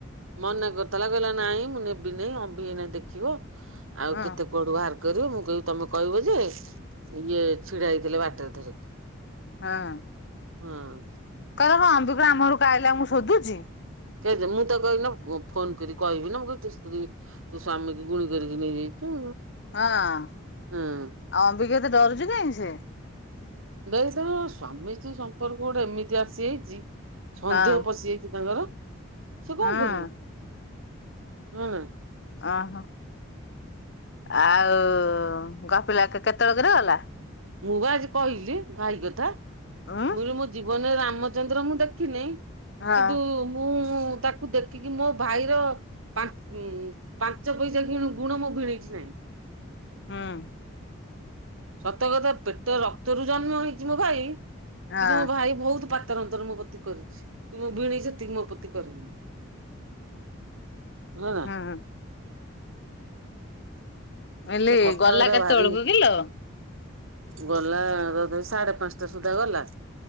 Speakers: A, on the right; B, on the left.
A: ମନା କରୁଥିଲା କହିଲା ନାଇଁ ମୁଁ ନେବି ନାଇଁ ଅବି ଏଇନା ଦେଖିବ ଆଉ
B: ହଁ
A: କେତେ କଡୁ ବାହାର କରିବ ମୁଁ କହିଲି ତମେ କହିବ ଯେ ଇଏ ଛିଡା ହେଇଥିଲେ ବାଟରେ ଧରିକି।
B: ହଁ।
A: ହୁଁ।
B: କହିବ ଆମ୍ବି କଣ ଆମ ଘରକୁ ଆଇଲେ ମୁଁ ସୋଧୁଚି।
A: କେହି ମୁଁ ତ ଗନ ଫୋନ କରି କହିବି ନା ମୁଁ କହିବି ତୋ ସ୍ତ୍ରୀ ତୋ ସ୍ୱାମୀ କୁ ଗୁଣି କରିକି ନେଇଯାଇଛୁ।
B: ହଁ ଆଉ
A: ହଁ
B: ଅମ୍ବିକା ଏତେ ଡରୁଛି କାଇଁ ସେ।
A: ଦେଇ ତମ ସ୍ୱାମୀ ସ୍ତ୍ରୀ ସମ୍ପର୍କ ଗୋଟେ ଏମିତି ଆସିଯାଇଛି ସନ୍ଦେହ
B: ହଁ
A: ପଶିଯାଇଛି ତାଙ୍କର ସେ କଣ
B: ହଁ
A: କରିବେ। ହଁ।
B: ଓହୋ। ଆଉ ଗପିଲା କେତେବେଳକରେ ଗଲା?
A: ମୁଁ ବା ଆଜି କହିଲି ଭାଇ କଥା
B: ଉଁ
A: ମୁଁ <unintelligible> ମୋ ଜୀବନରେ ରାମଚନ୍ଦ୍ର ମୁଁ ଦେଖିନି।
B: ହଁ
A: କିନ୍ତୁ ମୁଁ ତା ତାକୁ ଦେଖିକି ମୋ ଭାଇର ପାଞ୍ଚ ପାଞ୍ଚ ପଇସା <unintelligible> ଗୁଣ ମୋ ଭିଣେଇଠି ନାହିଁ।
B: ହଁ।
A: ସତକଥା ପେଟ ରକ୍ତରୁ ଜନ୍ମ ହେଇଛି ମୋ ଭାଇ କିନ୍ତୁ
B: ହଁ
A: ମୋ ଭାଇ ବହୁତ ପା ତାର ଅନ୍ତର ମୋ ପତି କରିଛି ମୋ ଭିଣେଇ ସେତିକି ମୋ ପ୍ରତି କରିନି। ହଁ ନା
B: ଆହାଁ ମୁଁ କହିଲି
A: ସେ କଥା
B: ଗଲା
A: ଗୁରା
B: କେତେ
A: ଭାରି
B: ବେଳକୁ କିଲୋ?
A: ଗଲା ରଧେ ସାଢେ ପାଞ୍ଚଟା ସୁଦ୍ଧା ଗଲା।